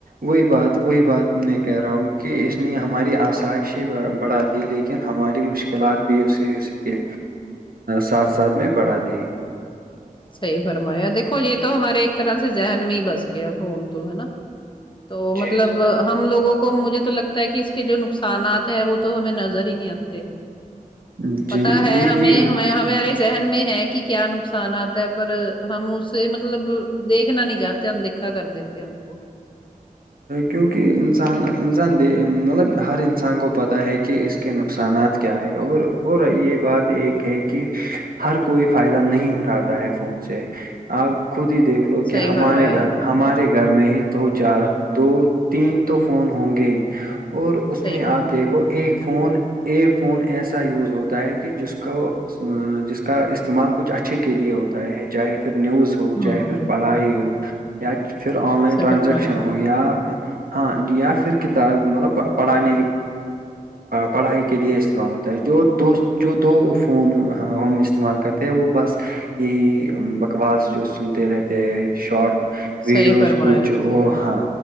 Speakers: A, on the right; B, on the left.
A: وہی بات وہی بات میں کہہ رہا ہوں کہ اس نے ہماری آسائش بڑھا دی لیکن لیکن ہماری مشکلات بھی اسی اس کے ساتھ ساتھ میں بڑھا دی
B: صحیح فرمایا دیکھو یہ تو ہمارے ایک طرح سے ذہن میں ہی بس گیا فون تو ہے نا تو
A: جی
B: مطلب
A: جی
B: ہم لوگوں کو مجھے تو لگتا ہے کہ اس کے جو نقصانات ہے وہ تو ہمیں نظر ہی نہیں آتے
A: جی
B: پتا ہے
A: جی
B: ہمیں
A: جی
B: ہمارے ذہن میں ہے کہ کیا نقصانات پر ہم اسے مطلب دیکھنا نہیں چاہتے اندیکھا کر دیتے ہم کو <inaudible>
A: کیونکہ انسان انسان د مطلب ہر انسان کو پتہ ہے کہ اس کے نقصانات کیا ہے اور اور یہ بات ایک ہے کہ ہر کوئی فائدہ نہیں اٹھاتا ہے فون سے آپ خود ہی دیکھ لو کہ
B: صحیح
A: ہمارے
B: فرمایا
A: گھر
B: آپ نے
A: ہمارے گھر میں ہی دو چار دو تین تو فون ہوں گے ہی اور اس
B: صحیح
A: میں آپ
B: فرمایا
A: دیکھو ایک فون ایک فون ایسا یوز ہوتا ہے کہ جس کو اس جس کا استعمال کچھ اچھے کے لیے ہوتا ہے چاہے پھر نیوز ہو
B: ہوں
A: چاہے پھر پڑھائی ہو یا پھر آن لائن
B: صحیح
A: ٹرانزیکشن
B: فرمایا
A: ہو یا پھر ہاں ج یا
B: ہوں
A: پھر کتاب مطلب پڑھانے پڑھائی کے لیے استعمال ہوتا ہے جو دوست جو دو فون ہم استعمال کرتے ہیں وہ بس یہ بکواس جو سنتے رہتے ہے شارٹ ویڈیوز
B: سحی فرمایا
A: کچھ
B: ہ
A: اور ہاں